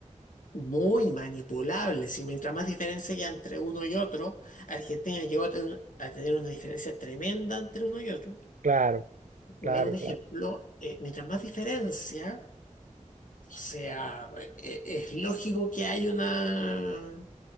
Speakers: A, on the left (about 80°); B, on the right (about 75°).
A: muy manipulable, si mientras más diferencia haya entre uno y otro, Argentina llegó a tener, a tener una diferencia tremenda entre uno y otro.
B: Claro,
A: Por
B: claro,
A: dar un ejemplo,
B: claro,
A: eh, mientras más diferencia, o sea, eh, eh, es lógico que hay una...